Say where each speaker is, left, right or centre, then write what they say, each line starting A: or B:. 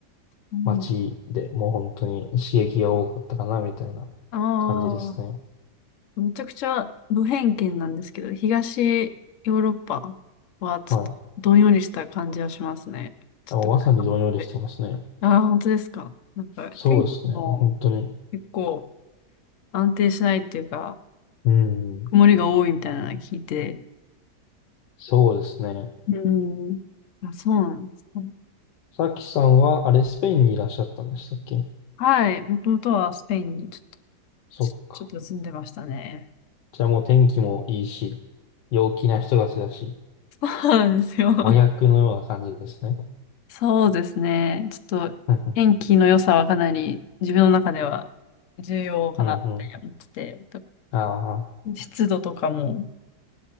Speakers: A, on the left; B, on the left.
A: うん。
B: 街で、もう本当に刺激が多かったかな、みたいな感じですね。
A: ああ。めちゃくちゃ無偏見なんですけど、東ヨーロッパはちょっとどんよりした感じはしますね。
B: はい。
A: ちょっと、
B: あもうまさにどんよりしてますね。
A: はいああ、本当ですか。なんか天気も
B: そうですね。本当に。
A: 結構安定しないっていうか、
B: うん。
A: 曇りが多いみたいなの聞いて、
B: そうですね。
A: うん、あ、そうなんですか。
B: さきさんは、あれ、スペインにいらっしゃったんでしたっけ
A: はい、もともとはスペインにちょっと、
B: そっか。
A: ち、ちょっと住んでましたね。
B: じゃあもう天気もいいし、陽気な人たちだし、
A: そうなんですよ。
B: 真逆のような感じですね。
A: そうですね。ちょっと、
B: うんうん。
A: 天気の良さはかなり自分の中では重要かなって思ってて、
B: うんうんああ、
A: 湿度とかも